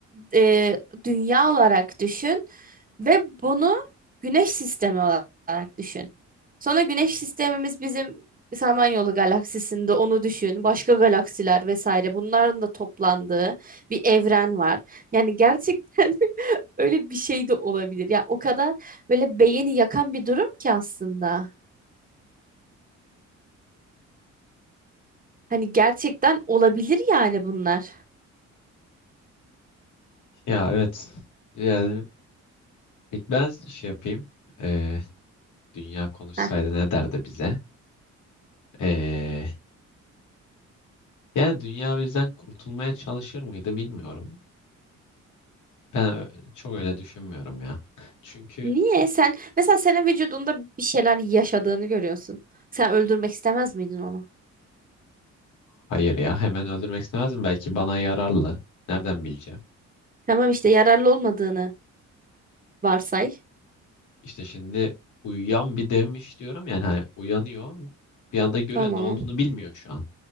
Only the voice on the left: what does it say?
Ya evet. Yani ilk ben şey yapayım. E, dünya konuşsaydı
ne derdi bize? E, yani dünya bizden kurtulmaya çalışır mıydı bilmiyorum. Ben ö- çok öyle düşünmüyorum ya. Çünkü
Hayır ya hemen öldürmek istemezdim. Belki bana yararlı. Nereden bileceğim?
İşte şimdi uyuyan bir devmiş diyorum. Yani hani uyanıyor. Bir anda görüyor
ne olduğunu bilmiyor şu an.